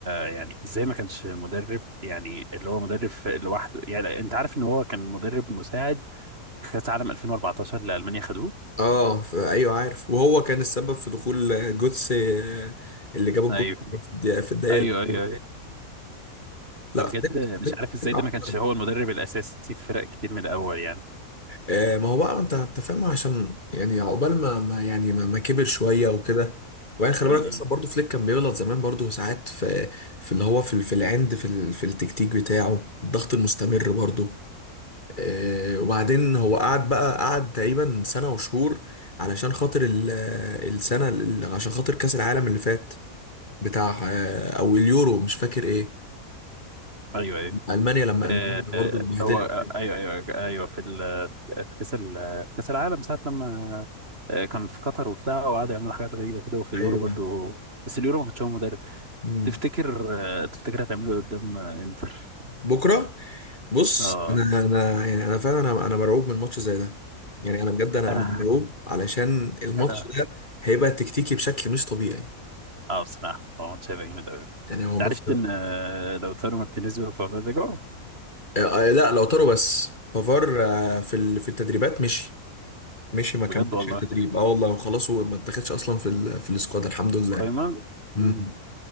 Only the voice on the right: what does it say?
يعني ازاي ما كانش مدرب يعني اللي هو مدرب لوحده يعني انت عارف ان هو كان مدرب مساعد في كاس عالم 2014 اللي المانيا خدوه
ايوه
ايوه
ايوه ايوه
فبجد
مش
عارف ازاي
ده
ما كانش هو المدرب الاساسي في فرق كتير من الاول يعني
امم
ايوه ايوه
آه،
آه،
هو آه، ايوه ايوه ايوه في ال- في كاس ال- في كاس العالم ساعه لما آه، كان في قطر وبتاع وقعدوا يعملوا حاجات غريبه كده وفي اليورو
برضو بس اليورو ما كانش هو مدرب
تفتكر آه، تفتكر هتعمله قدام آه، انتر
اه
انا
انا
اه بصراحه هو ماتش هيبقى جامد قوي انت
عرفت ان آه، لوتارو مارتينيز وفافا رجعوا
بجد والله
قايمه مم.